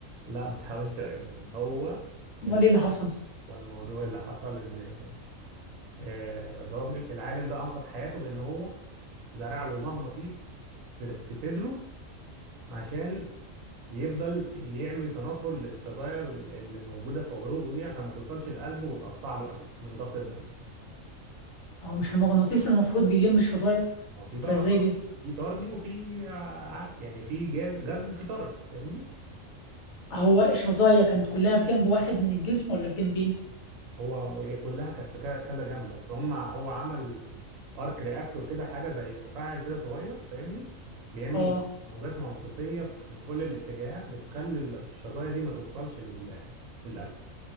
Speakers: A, on the right; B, on the left.
A: لا ما تحاولش يا ايرون مان هو
B: امال
A: الم...
B: ايه اللي حصل
A: هو الموضوع اللي حصل ان آه، الراجل العالم ده انقذ حياته بان هو زرع له مغناطيس في, في صدره عشان يفضل يعمل تنافر للشظايا اللي موجودة في عروقه دي عشان ما توصلش لقلبه وتقطع له قلب من ضغط الدم
B: هو مش المغناطيس المفروض بيلم الشظايا
A: ما هو في بقى
B: فازاي بي...
A: في طرد وفي عك يعني في جاز جذب وفي طرد فاهمني
B: هو الشظايا كانت كلها في جنب واحد من الجسم ولا في جنبين
A: هو وهي كلها كانت في ك- كذا جنب بس هم هو عمل ارك رياكتور كده حاجه زي مفاعل كده صغير فاهمني بيعمل
B: اه
A: موجات مغناطيسيه في كل الاتجاهات بتخلي الش- الشظايا دي ما توصلش لل... للقلب